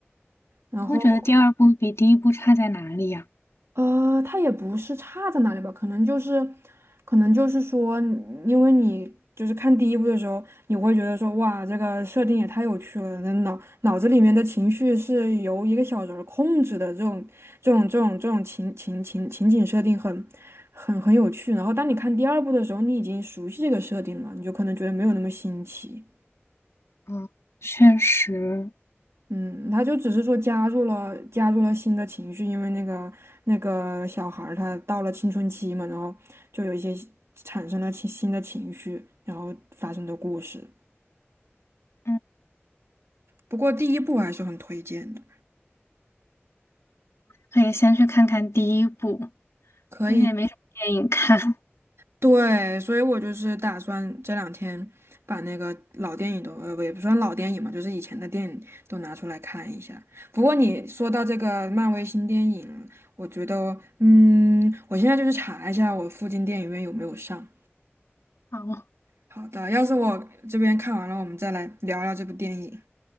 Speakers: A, on the right; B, on the left.
A: 然后。
B: 你会觉得第二部比第一部差在哪里呀？
A: 呃，它也不是差在哪里吧，可能就是，可能就是说，因为你就是看第一部的时候，你会觉得说，哇，这个设定也太有趣了，那脑脑子里面的情绪是由一个小人儿控制的，这种这种这种这种情情情情景设定很很很有趣。然后当你看第二部的时候，你已经熟悉这个设定了，你就可能觉得没有那么新奇。
B: 嗯，确实，
A: 嗯，他就只是说加入了加入了新的情绪，因为那个那个小孩儿他到了青春期嘛，然后就有一些产生了新新的情绪，然后发生的故事。
B: 嗯，
A: 不过第一部还是很推荐的，
B: 可以先去看看第一部，
A: 可以。
B: 最近也没什么电影看。<laughs>
A: 对，所以我就是打算这两天把那个老电影都，呃，也不算老电影嘛，就是以前的电影都拿出来看一下。不过你说到这个漫威新电影，我觉得，嗯，我现在就是查一下我附近电影院有没有上。
B: 好，
A: 好的，要是我这边看完了，我们再来聊聊这部电影。